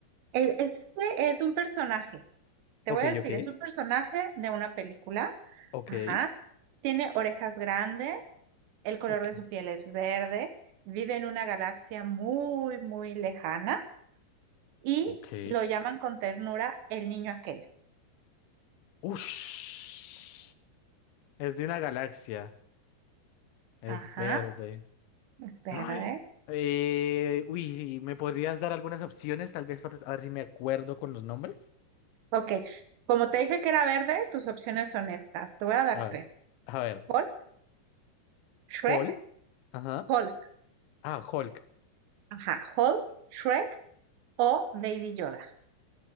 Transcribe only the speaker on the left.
Ok,
ok,
ok,
ok,
ok.
Ush. Es de una galaxia. Es
verde.
Ay, eh, uy, ¿me podrías dar algunas opciones, tal vez para a ver si me acuerdo con los nombres?
A
ver, a ver,
Paul. Ajá.
Ah, Hulk.